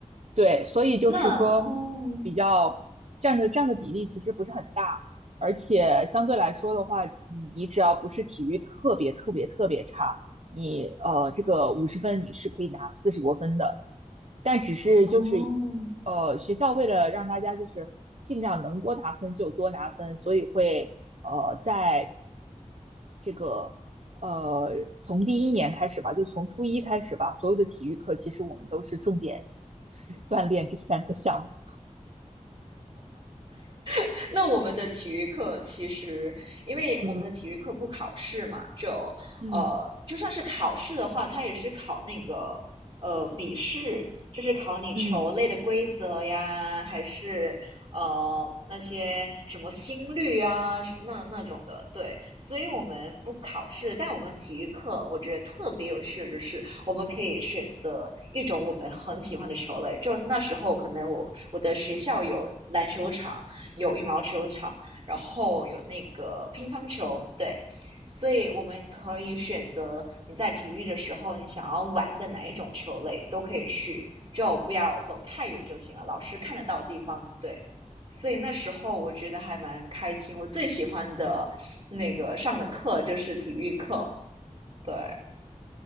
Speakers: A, on the right (about 60°); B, on the right (about 40°).
A: 对，所以就是说，
B: 那哦
A: 比较占的占的比例其实不是很大，而且相对来说的话，嗯你只要不是体育特别特别特别差，你呃这个五十分你是可以拿四十多分的，但只是就是
B: 哦
A: 呃学校为了让大家就是尽量能多拿分就多拿分，所以会呃在这个呃从第一年开始吧，就从初一开始吧，所有的体育课其实我们都是重点。<laughs> 就是锻炼这三个项目。
B: <laughs> 那我们的体育课其实，因为我们的体育课不考试嘛，
A: 嗯
B: 就呃，
A: 嗯
B: 就算是考试的话，它也是考那个呃笔试，就是考你球类的规则呀，
A: 嗯，
B: 还是呃那些什么心率啊，那那种的。对，所以我们不考试，但我们体育课我觉得特别有趣的就是，我们可以选择一种我们很喜欢的球类。就那时候可能我我的学校有篮球场。有羽毛球场，然后有那个乒乓球，对，所以我们可以选择你在体育的时候你想要玩的哪一种球类都可以去，就不要走太远就行了，老师看得到的地方，对。所以那时候我觉得还蛮开心，我最喜欢的那个上的课就是体育课，对。